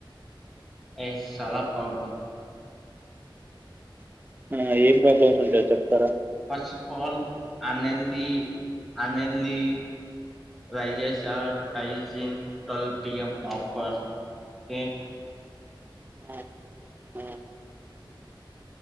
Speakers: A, in the centre; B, on the right (about 20°).
A: ఎస్ చాలా ప్రాబ్లం
B: ఆ ఏం ప్రాబ్లమ్స్ ఉంటాయో చెప్తారా
A: first of all అనల్లీ అనల్లీ rises are hygiene twelve P M offer కే
B: ఆ ఆ